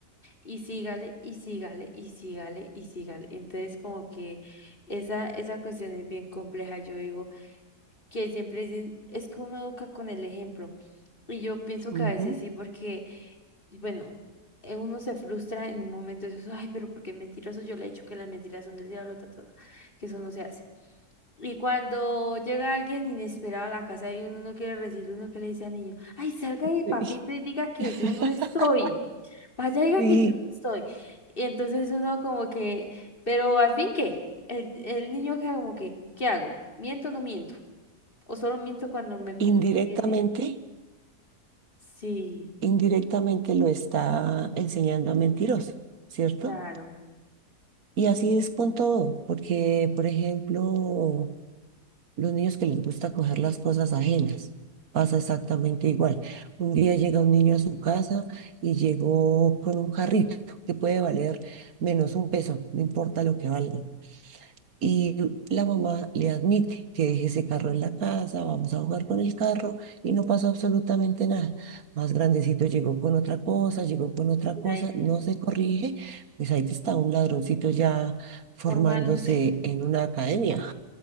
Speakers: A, on the left; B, on the right.
A: Y sígale, y sígale, y sígale, y sígale. Entonces, como que esa, esa cuestión es bien compleja, yo digo, que siempre dicen, es que uno educa con el ejemplo. Y yo pienso
B: Ujú.
A: que a veces sí, porque, y bueno, eh, uno se frustra en un momento de eso, ay, pero porque mentiroso, yo le he dicho que las mentiras son del diablo, ta, ta, ta, que eso no se hace. Y cuando llega alguien inesperado a la casa y uno no quiere recibir, uno que le dice al niño, ay, salga de papito
B: Sí.
A: y diga que
B: <laughs>
A: yo no estoy, vaya, diga
B: Sí,
A: que yo no estoy. Y entonces uno como que, pero al fin, ¿qué? El, el niño queda como que, ¿qué hago? ¿Miento o no miento? ¿O solo miento cuando me conviene?
B: indirectamente,
A: Sí,
B: indirectamente lo está enseñando a mentiroso, ¿cierto?
A: claro.
B: Y así es con todo, porque, por ejemplo, Los niños que les gusta coger las cosas ajenas, pasa exactamente igual. Un día llega un niño a su casa y llegó con un carrito que puede valer menos un peso, no importa lo que valga. Y la mamá le admite que deje ese carro en la casa, vamos a jugar con el carro y no pasó absolutamente nada. Más grandecito llegó con otra cosa, llegó con otra
A: y
B: cosa,
A: ahí
B: no se corrige, pues ahí está un ladroncito ya formándose
A: formándose. <laughs>
B: en una academia.